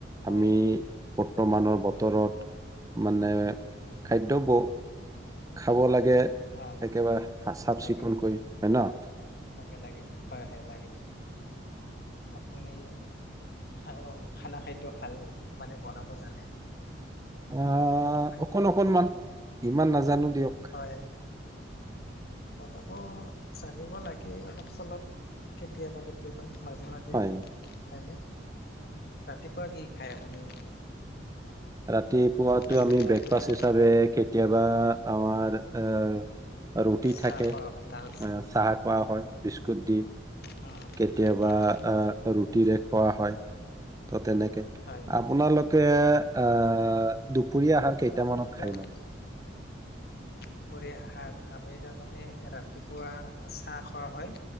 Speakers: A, on the left (about 55°); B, on the right (about 20°).
A: হয়
B: আমি বৰ্তমানৰ বতৰত, মানে
A: উম
B: খাদ্য ব খাব লাগে,
A: হয় হয়
B: একেবাৰে চাফ-চিকুণকৈ
A: লাগে
B: হয় ন'।
A: লাগে লাগে, হয় হয় লাগে। আপুনি অ', খানা খাদ্য ভাল, মানে বনাব জানে।
B: অ',
A: হয়
B: অকন অকনমান, ইমান নাজানোঁ দিয়ক।
A: হয়। বনাব জানিব লাগে, অলপ চলপ কেতিয়াবা কেতিয়াবা। কেতিয়াবা মাজে মাজে
B: হয়
A: হয়নে, ৰাতিপুৱা কি খায় আপুনি?
B: ৰাতিপুৱটো
A: চাহ
B: আমি
A: তাহ
B: ব্ৰেকফাষ্ট
A: কিবা
B: হিচাপে, কেতিয়াবা আমাৰ অ', ৰুটি থাকে,
A: চাহ খোৱা
B: এ
A: হয় লাল
B: চাহ খোৱা হয়, বিস্কুট দি।
A: হা
B: কেতিয়াবা
A: হা হা
B: অ'। ৰুটিৰে খোৱা হয়। টো তেনেকে,
A: হয়
B: আপোনালোকে অ' দুপৰীয়া আহাৰ
A: আমাৰো
B: কেইটামানত
A: তেনেকুৱাই
B: খাই
A: হয়
B: নো?
A: দুপৰীয়া আহাৰ, আমি তাৰমানে ৰাতিপুৱা চাহ খোৱা হয়।